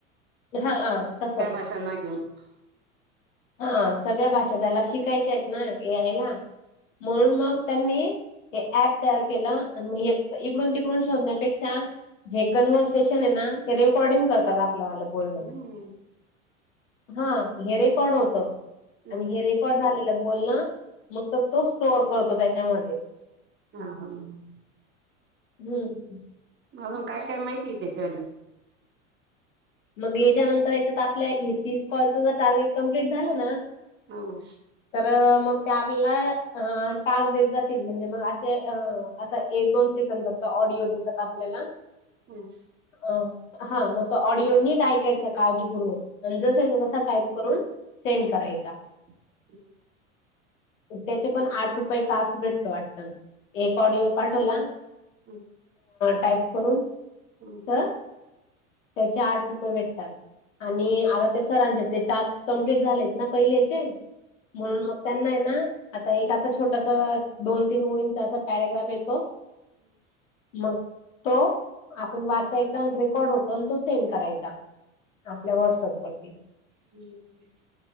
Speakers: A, on the left; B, on the right.
A: हा हा तस.
B: <unintelligible>
A: हा सगळ्या भाषा त्याला शिकायच्या आहेत ना ए आय ला म्हणून मग त्यांनी हे ऍप तयार केलं आणि मग इकडून तिकडून शोधण्यापेक्षा हे कन्वर्सेशन आहे ना ते रेकॉर्डिंग करतात आपलं बोलणं.
B: हम्म
A: हा हे रेकॉड होत.
B: हम्म
A: आणि हे रेकॉर्ड झालेलं बोलन मग तर तो स्टोअर करतो त्याच्यामध्ये.
B: हा हा, म
A: हं.
B: अजून काय काय माहितीय त्याच्यावाली?
A: मग याच्यानंतर याच्यात, आपल्या हे तीस कॉलच जर टार्गेट कम्प्लीट झालं ना?
B: हं.
A: तर मग त्या आपल्याला, अ टास्क देत जातील म्हणजे मग अशे अ असा एक-दोन सेकंदाचा ऑडिओ देतात, आपल्याला
B: हम्.
A: अ, हा मग त ऑडिओ नीट ऐकायच काळजीपूर्वक जस जसा टाय करून, सेंड करायचा.
B: हम्म.
A: त्याचे पण आठ रुपये टास्क भेटतो वाटत, एक ऑडिओ पाठवला
B: हम.
A: टाईप करून
B: हम.
A: तर त्याचे आठ रुपये भेटतात आणि आता ते सरांचे ते टास्क कंप्ललीट झालेत ना पहिलेचे ये म्हणून मग त्यांना ना, आता एक असं छोटस दोन-तीन ओळीचा असा पॅराग्राफ येतो
B: हम्म <inaudible>
A: मग तो आपण वाचायचा अन रेकॉर्ड होतो. पण तो सेंड करायचा आपल्या व्हॉट्सअप वरती.
B: हम्म.